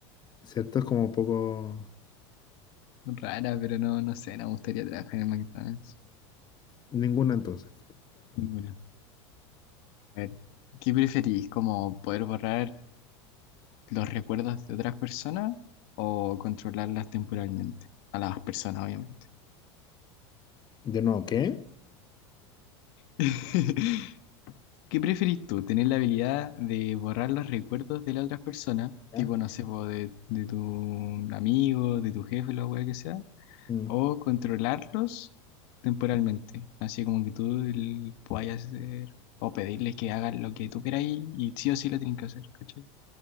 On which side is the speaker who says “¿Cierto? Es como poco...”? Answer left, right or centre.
Left